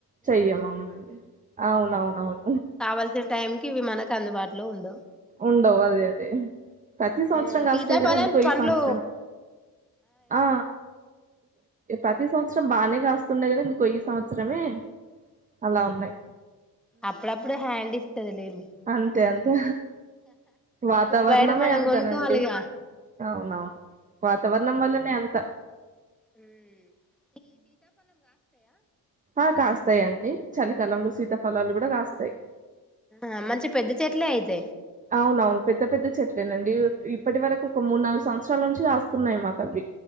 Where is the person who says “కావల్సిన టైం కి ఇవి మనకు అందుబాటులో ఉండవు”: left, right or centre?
Centre